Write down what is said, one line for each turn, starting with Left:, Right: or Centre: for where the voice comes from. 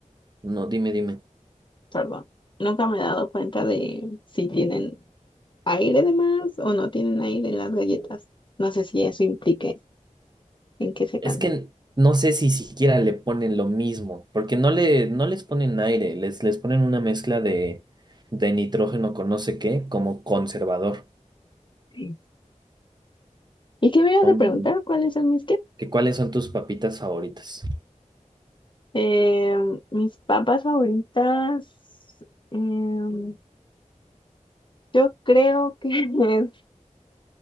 Right: No, dime, dime.
Left: perdón, nunca me he dado cuenta de si tienen aire de más o no tienen aire en las galletas. No sé si eso implique en que sepan.
Right: Es que no sé si siquiera le ponen lo mismo, porque no le, no les ponen aire, les, les ponen una mezcla de, de nitrógeno con no sé qué, como conservador.
Left: Sí. ¿Y qué me ibas
Right: Son-
Left: a preguntar? ¿Cuáles son mis qué?
Right: ¿Que cuáles son tus papitas favoritas?
Left: Em, mis papas favoritas. em, yo creo que <laughs> es.